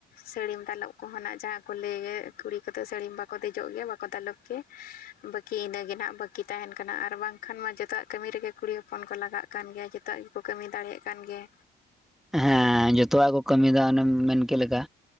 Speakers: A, on the left; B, in the centre.
A: ᱥᱟᱹᱲᱤᱢ ᱫᱟᱞᱚᱵ ᱠᱚᱦᱚᱸ ᱱᱟᱜ ᱡᱟᱦᱟᱸ ᱠᱚ ᱞᱟᱹᱭᱮᱫ ᱠᱩᱲᱤ ᱠᱟᱛᱮᱜ ᱥᱟᱹᱲᱤᱢ ᱵᱟᱠᱚ ᱫᱮᱡᱚᱜ ᱜᱮᱭᱟ ᱵᱟᱠᱚ ᱫᱟᱞᱚᱵ ᱜᱮᱭᱟ, ᱵᱟᱹᱠᱤ ᱤᱱᱟᱹᱜᱮ ᱱᱟᱦᱟᱜ ᱵᱟᱹᱠᱤ ᱛᱟᱦᱮᱸᱱ ᱠᱟᱱᱟ ᱟᱨ ᱵᱟᱝ ᱠᱷᱟᱱ ᱢᱟ ᱡᱚᱛᱚᱣᱟᱜ ᱠᱟᱹᱢᱤ ᱨᱮᱜᱮ ᱠᱩᱲᱤ ᱦᱚᱯᱚᱱ ᱠᱚ ᱞᱟᱜᱟᱜ ᱠᱟᱱ ᱜᱮᱭᱟ ᱡᱚᱛᱚᱣᱟᱜ ᱜᱮᱠᱚ ᱠᱟᱹᱢᱤ ᱫᱟᱲᱮᱭᱟᱜ ᱠᱟᱱ ᱜᱮᱭᱟ᱾
B: ᱦᱮᱸ ᱡᱚᱛᱚᱣᱟᱜ ᱠᱚ ᱠᱟᱹᱢᱤᱭᱮᱫᱟ ᱚᱱᱮᱢ ᱢᱮᱱᱠᱮᱫ ᱞᱮᱠᱟ᱾